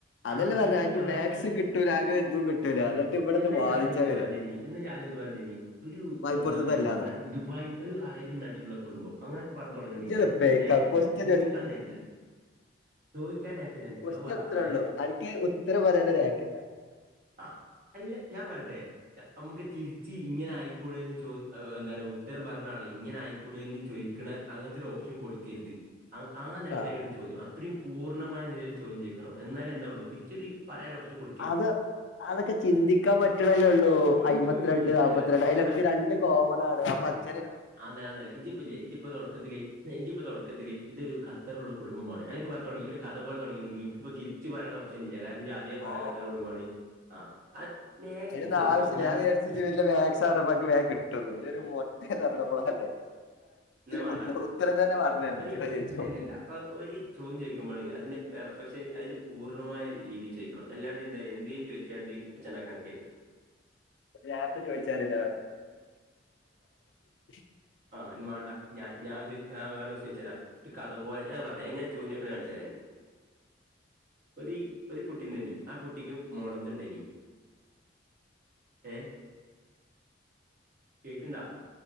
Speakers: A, on the left (about 70°); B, on the right (about 50°).
A: അതല്ലേ
B: ആ
A: പറഞ്ഞെ
B: എന്നാ ഇത് ആദ്യം
A: മാക്സും കിട്ടൂല ആകെ ഇതും കിട്ടൂല
B: ആഹ്.
A: എന്നിട്ട് ഇവിടെന്ന്
B: എന്ന
A: വാദിച്ചാ
B: ജാതി എന്ത്
A: വരാ
B: പറയണ്ടീനി എന്ന ജാതിം എന്ത് പറഞ്ഞണ്ടനി ഒരു
A: മലപ്പുറത്തതല്ലാന്ന്
B: എന്താ പറയയാ ദുബായ് ഒരു അറേബ്യൻ നട്ടിലുള്ള കുടുംബം അങ്ങനെയൊക്കെ പറഞ്ഞ് തുടങ്ങേണ്ടിനി
A: ഇജ്ജത്
B: അനിക്ക്
A: ഫേക്കാ
B: നേക്കില്ല
A: ക്വസ്റ്റ്യൻ
B: ചോദിക്കാനും നേക്കില്ല ചോദിക്കാൻ നേക്കില്ല എനിക്ക്
A: കൊസ്റ്റ്യൻ
B: അത് പറ
A: ഇത്രൊള്ളൂ
B: ഏ
A: അൻക്ക് ഉത്തരം പറയാനാെര് നാക്ക്ല്ലാ
B: ആഹ് അല്ല ഞാൻ പറയട്ടെ നമ്മുക്ക് തിരിച്ച് ഇങ്ങനെ ആയിക്കൂടെന്ന് ചോ എന്താ പറയ ഉത്തരം പറഞ്ഞാള ഇങ്ങനെ ആയിക്കൂടീ ചോദിക്കണ അങ്ങനത്തെ ഒരു ഓപ്ഷൻ കൊടുക്കരുത് ആഹ് ആ നെലക്കായ്ക്കണം
A: ആഹ്
B: ചോദ്യം അത്രെയും പൂർണ്ണമായ നിലയില് ചോദ്യം ചോയ്ക്കണം എന്നാലെ എന്താവൊള്ളൂ തിരിച്ചതി പറയ ഓപ്ഷ കൊട്
A: അത് അതൊക്കെ ചിന്തിക്കാൻ പറ്റണല്ലേള്ളൂ
B: ഉം
A: അയമ്പത്തിരണ്ട് നാല്പത്തി
B: അല്ലല്ല
A: രണ്ട് അതിലൊക്കെ
B: ഞാൻ
A: രണ്ട് കോമൺ ആണ് അപ്പൊ അച്ഛന
B: ആന്ന് ആന്ന്ലേ ഇജിപ്പ ഇല്ലേ ഇജിപ്പ താെടക്കത്തില് എനിക്കിപ്പൊ തുടക്കത്തില് ഇതൊരു ഖത്തറിലുള്ള കുടുംബം പോലെ അല്ലെങ്കി <unintelligible> തുടങ്ങി ഒരു കഥ പോലെ തുടങ്ങിയെങ്കി എനിക്കിപ്പോ തി ചച്ച് പറയാനുള്ള ഓപ്ഷൻ ഇല്ല കാരണം ആദ്യവ പറ
A: ഓ
B: അത്ര കുടുംബമാണ് ആ നേക്കും
A: അയ്നൊന്നും
B: ചോദിക്കണം
A: ആവിശ്യം ഇല്ല
B: ഞാൻ
A: ഞൻ വിചാരിച് നി വലിയ മാത്‍സ് അണ്ണന് അറിഞ്ഞപ്പോ വേഗം കിട്ടുന്ന നി ഒരു മൊട്ട
B: ആ,
A: ആണന്നു അറിഞ്ഞ
B: എന്നാ
A: ഇപ്പോ
B: വേണ്ട
A: അല്ല <unintelligible> ഉത്തരം
B: ഉം,
A: തന്നെ
B: ഒരു
A: <inaudible> ചോദിച്ചോ
B: അല്ലല്ല ഒരു ചോദ്യം ചോയ്ക്കുമ്പോള അതിന്റെ പെർഫെക്ഷൻ അതിന്റെ പൂർണ്ണമായരീതി ചോദിക്കണമ് ണം അല്ലാണ്ട് എന്തിയന്ന് ചോയ്ച്ചാണ്ടി ഒച്ച ഉണ്ടാക്കാൻ നിക്കരുത്
A: രത്തെ ചോദിച്ചാൽ ഞൻ <unintelligible>
B: ആഹ് വേണ്ട ഞ ഞൻ ചോ ഞാന് വേറെ കോസ്റ്റിയൻ ചോയ്ച്ച തരാ ഒരു കഥ പോലെ ഞാന് പറഞ്ഞ എങ്ങനാ ചോദ്യംചൊയ്ക്കണ കാണിച്ച തരാംഞാൻ ഒരു ഒരു കുട്ടിണ്ടനി ആ കുട്ടിക്കും മുടന്ത് ഉണ്ടായിനി ഏെ കേക്കിണ്ടാ